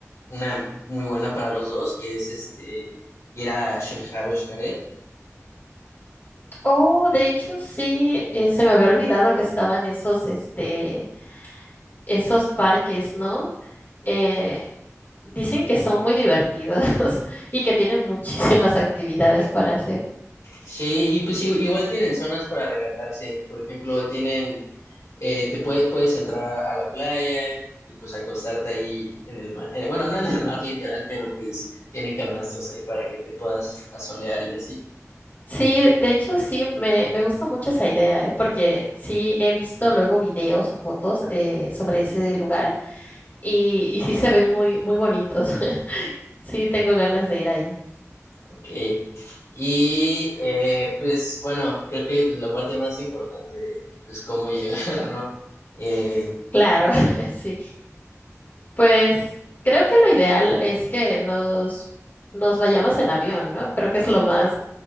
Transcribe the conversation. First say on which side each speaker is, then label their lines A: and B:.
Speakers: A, on the left; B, on the left.
A: una muy buena para los dos, que es este ir a Shelha o Xcaret.
B: Oh, de hecho, sí, eh, se me había olvidado que estaban esos, este, esos parques, ¿no? Eh, dicen que son muy divertidos <laughs> y que tienen muchísimas actividades para hacer.
A: Sí, y pues i- igual tienen zonas para relajarse. Por ejemplo, tienen, eh, te puede- puedes entrar a la playa y pues acostarte ahí en el mar. eh, bueno, no en el mar literal, pero pues tienen camastros ahí para que te puedas asolear y así.
B: Sí, de hecho sí, me, me gusta mucho esa idea, ¿eh? Porque sí he visto luego videos o fotos eh, sobre ese lugar y, y sí se ven muy, muy bonitos. <laughs> Sí, tengo ganas de ir ahí.
A: Ok. Y eh, pues bueno, creo que pues, la parte más importante de pues cómo llegar, <laughs> ¿no? Eh,
B: Claro, <laughs> sí. Pues creo que lo ideal es que nos, nos vayamos en avión, ¿no? Creo que es lo más